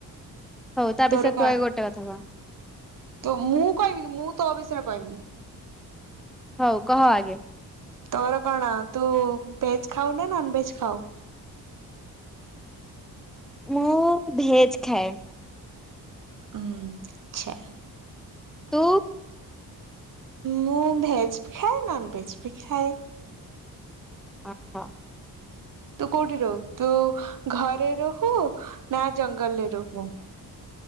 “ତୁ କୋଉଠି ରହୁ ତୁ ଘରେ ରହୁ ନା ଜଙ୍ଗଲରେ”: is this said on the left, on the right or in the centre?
Right